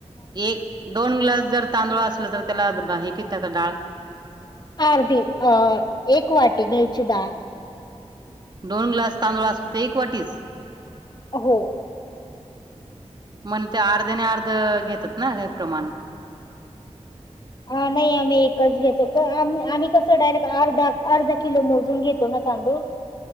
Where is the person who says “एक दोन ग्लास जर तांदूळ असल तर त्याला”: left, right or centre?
Right